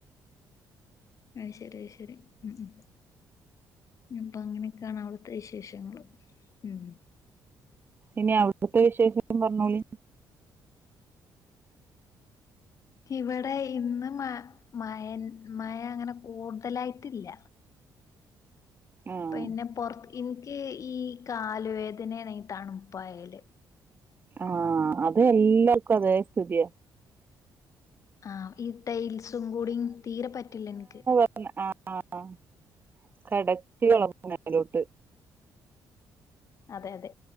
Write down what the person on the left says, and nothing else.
അയ്ശരി അയ്ശരി ഉം ഉം അപ്പൊ അങ്ങനെക്കൊണ് അവിടുത്തെ വിശേഷങ്ങൾ ഉം
ഇവിടെ ഇന്ന് മ മയ മഴ അങ്ങനെ കൂടുതലായിട്ടില്ല
പിന്നെ പുറത്ത് ഇൻക്ക് ഈ കാലുവേദനനെണേ ഈ തണുപ്പായല്
ആഹ് ഈ ടൈൽസും കൂടീം തീരെ പറ്റില്ല ഇൻക്ക്
അതെ അതെ